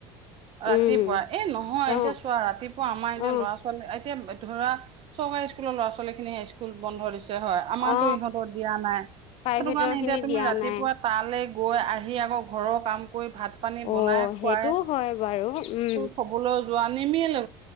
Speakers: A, on the right (about 45°); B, on the left (about 50°).
A: ৰাতিপুৱা
B: উম
A: এই নহয়
B: অ
A: এতিয়া চোৱা ৰাতিপুৱা আমাৰ এতিয়া
B: অ অ
A: ল'ৰা-ছোৱালী এতিয়া ধৰা চৰকাৰী স্কুলৰ ল'ৰা-ছোৱালী খিনি হাই স্কুল বন্ধ দিছে হয় আমাৰতো
B: অ
A: ইহঁতৰ দিয়া নাই সেইটো
B: প্ৰাইভেটৰ
A: কাৰণে
B: খিনি
A: এতিয়া তুমি
B: দিয়া
A: ৰাতিপুৱা
B: নাই
A: তালৈ গৈ আহি আকৌ ঘৰৰ কাম কৰি ভাত পানী
B: অ
A: বনাই, খুৱাই
B: সেইটোও হয় বাৰু উম
A: শুবলৈ যোৱা নিমিলে